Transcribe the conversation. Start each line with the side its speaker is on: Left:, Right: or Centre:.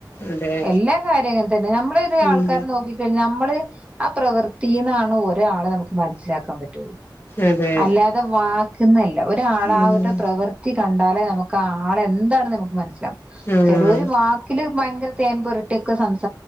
Left: അതെ
Right: എല്ലാ കാര്യങ്ങളങ്ങന തന്നെ നമ്മൾന്നെഒരു
Left: ഉം
Right: ആൾക്കാര് നോക്കിക്കഴിഞ്ഞാൽ അമ്മള് ആ പ്രവൃത്തിന്നാണ് ഒരാളെ നമുക്ക് മനസ്സിലാക്കാൻ പറ്റള്ളു
Left: അതെ
Right: അല്ലാതെ വാക്കുന്നെല്ല ഒരാള്
Left: ഉം
Right: അവരുടെ പ്രവൃത്തി കണ്ടാ നമുക്ക് ആളെ എന്താണ് നമുക്ക് മനസ്സിലാവും
Left: ആഹ്
Right: ചെലവര് വാക്കില് ഭയങ്കര തേൻ പുരട്ടിക്കെ സംസാ